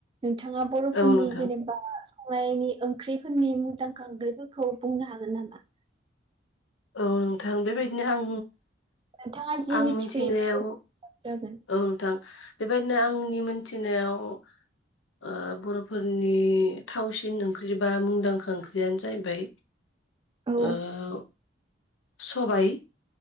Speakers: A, on the right (about 25°); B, on the left (about 80°).
A: नोंथाङा बर'फोरनि
B: औ नोंथां
A: जेनेबा <unintelligible> ओंख्रिफोरनि मुंदांखा ओंख्रिफोरखौ बुंनो हागोन नामा?
B: ओ नोंथां बेबाय बिदिनो आं
A: नोंथाङा जि
B: आं
A: मिथिगौ
B: मिनथिनायाव
A: बेफोरखौ जागोन
B: औ नोंथां बेबायदिनो आंनि मोनथिनायाव ओ बर'फोरनि थावसिन ओंख्रि बा मुंदांखा ओंख्रियानो जाहैबाय
A: औ
B: ओ सबाइ